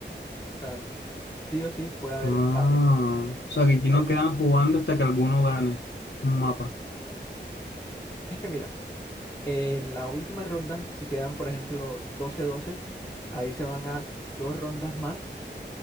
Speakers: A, on the left (about 15°); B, on the left (about 65°).
A: O sea, sí o sí puede haber
B: Ah,
A: empate.
B: o sea que aquí
A: Es,
B: no quedan
A: de-
B: jugando hasta que alguno gane un mapa.
A: es que mira, en la última ronda, si quedan, por ejemplo, doce doce ahí se van a dos rondas más.